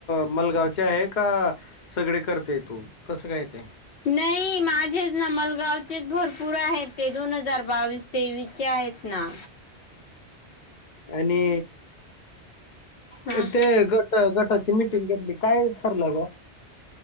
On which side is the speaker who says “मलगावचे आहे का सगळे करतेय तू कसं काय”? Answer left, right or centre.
Left